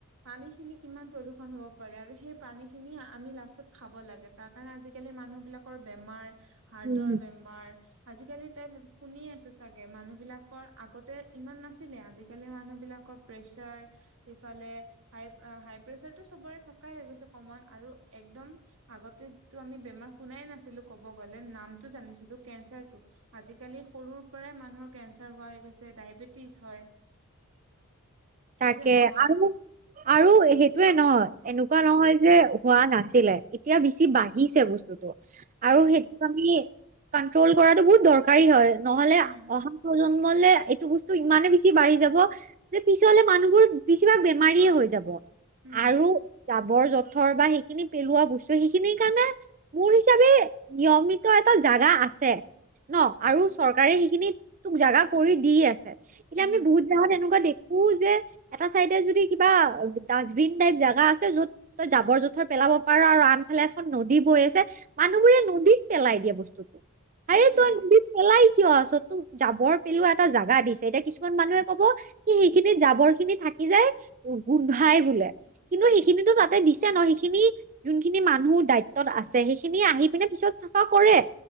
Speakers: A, on the right (about 60°); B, on the right (about 35°).
A: পানীখিনি কিমান প্ৰদূষণ হ'ব পাৰে, আৰু সেই পানীখিনি আমি লাষ্টত খাব লাগে তা'ত। কাৰণ আজিকালি মানুহ বিলাকৰ বেমাৰ, হাৰ্টৰ
B: উম
A: বেমাৰ- আজিকালি তাই শুনি আছে, চাগে। মানুহবিলাকৰ আগতে ইমান নাছিলে, আজিকালি মানুহবিলাকৰ- প্ৰেছাৰ- ইফালে হাই, হাই প্ৰেচাৰতটো চবৰে থকাই হৈ গৈছে, কমন আৰু একদম। আগতে যিটো আমি বেমাৰ শুনাই নাছিলোঁ ক'ব গ'লে নামটো জানিছিলোঁ -কেঞ্চাৰটো। আজিকালি সৰুৰ পৰাই মানুহৰ কেঞ্চাৰ হোৱা হৈ গৈছে, ডায়েবেটিছ হয়। <inaudible>
B: তাকে,
A: নহয়
B: আৰু-আৰু সেইটোয়ে ন, এনেকুৱা নহয় যে হোৱা নাছিলে। এতিয়া বেছি বাঢ়িছে বস্তুতটো,
A: সেইটোৱে
B: আৰু সেইটোক আমি কন্ট্ৰল কৰাটো বহুত দৰকাৰ। হয়, নহ'লে
A: উম
B: অহা প্ৰজন্মলে এইটো বস্তু ইমানে বেছি বাঢ়ি যাব, যে পিছ- পিছলৈ মানুহবোৰ বেছিভাগ বেমাৰীয়ে হৈ যাব,
A: উম
B: আৰু- জাবৰ-জোঁথৰ বা সেইখিনি পেলোৱা বস্তু সেইখিনিৰ কাৰণে- মোৰ হিচাপে নিয়মিত এটা জাগা আছে। ন' আৰু চৰকাৰে সেইখিনিত জাগা কৰি দি আছে। এতিয়া
A: উম
B: আমি বহুত দাহত এনেকুৱা দে- শু যে এটা চাইডে যদি কিবা ডাষ্টবিন টাইপ জোগা আছে য'ত তই জাবৰ-জোঁথৰ পেলাব পাৰা আৰু আনফালে এখন নদী বৈ আছে- মানুহবোৰে নদীত পেলাই দিয়ে বস্তুতটো।
A: সেইটোৱে
B: আৰে তই নদীত- পেলাই কিয় আছ? যাবৰ পেলোৱা এটা জেগা দিছে। এতিয়া কিছুমান মানুহে ক'ব- কি, সেইখিনি জাবৰখিনি থাকি যায়, গোন্ধায় বোলে। কিন্তু সেইখিনিতো তা'তে দিছে ন' সেইখিনি- যোনখিনি মানুহ দায়িত্বত আছে সেইখিনি আহি পিনে পিছত চাফা কৰে,